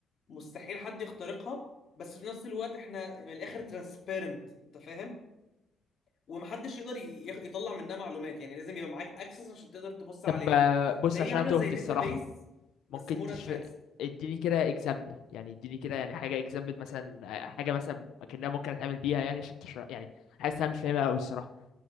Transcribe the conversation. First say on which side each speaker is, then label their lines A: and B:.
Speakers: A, on the left (about 55°); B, on the left (about 80°).
A: مستحيل حد يخترقها بس في نفس الوقت احنا من الاخر ترانسبيرنت انت فاهم ومحدش يقدر ي- يخ- يطلع منها معلومات يعني لازم يبقى معاك اكسس عشان تقدر تبص عليها
B: طب آه، بص
A: فهي
B: عشان
A: عامله
B: أنا تهت
A: زي داتابيز
B: الصراحه
A: بس
B: ممكن
A: مور
B: تش...
A: ادفانسد
B: اديني كده اكزامبل يعني اديني كده يعني حاجه اكزامبل مثلا آه، حاجه مثلا اكنها ممكن اتعامل بيها يعني عشان تشرح يعني حاسس انا مش فاهمها قوي الصراحه